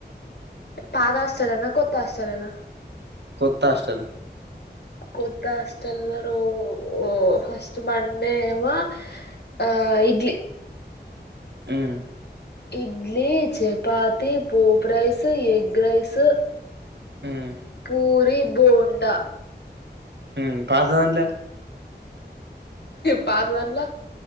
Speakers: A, on the left; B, on the right.
A: పాత హాస్టలోన కొత్త హాస్టల్ లలా
B: కొత్త హస్టల్
A: కొత్త హాస్టల్ రో ఫస్ట్ మండే ఏమో ఆ ఇడ్లీ
B: ఉమ్
A: ఇడ్లీ చపాతి పోపు రైస్ ఎగ్ రైస్
B: ఉమ్
A: పూరి బోండా
B: ఉమ్ పాత దాంట్లో
A: పాతదంట్లో